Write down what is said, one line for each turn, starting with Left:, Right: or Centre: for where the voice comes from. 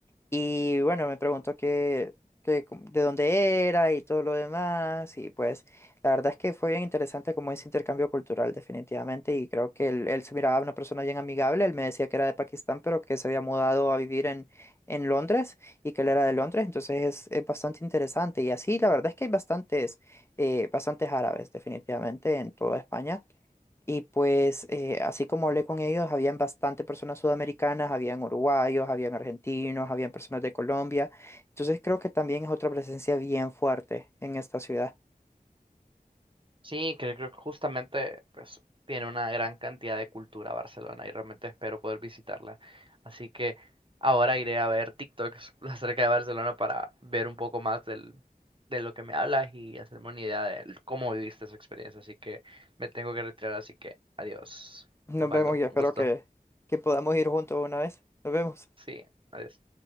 Left: Y bueno, me preguntó que, que com- de dónde era y todo lo demás. Y pues la verdad es que fue bien interesante como ese intercambio cultural definitivamente. Y creo que él, él se miraba una persona bien amigable. Él me decía que era de Pakistán, pero que se había mudado a vivir en, en Londres y que él era de Londres. Entonces es, es bastante interesante. Y así la verdad es que hay bastantes, eh, bastantes árabes definitivamente en toda España. Y pues eh, así como hablé con ellos, habían bastante personas sudamericanas, habían uruguayos, habían argentinos, habían personas de Colombia. Entonces creo que también es otra presencia bien fuerte en esta ciudad.
Right: Sí, creo, creo que justamente pues tiene una gran cantidad de cultura Barcelona y realmente espero poder visitarla. Así que ahora iré a ver TikToks <laughs> acerca de Barcelona para ver un poco más del, de lo que me hablas y hacerme una idea de cómo viviste esa experiencia. Así que me tengo que retirar, así que adiós.
Left: <laughs> Nos
Right: Osvaldo,
Left: vemos y espero
Right: un gusto.
Left: que, que podamos ir juntos una vez. Nos vemos.
Right: Sí, adiós.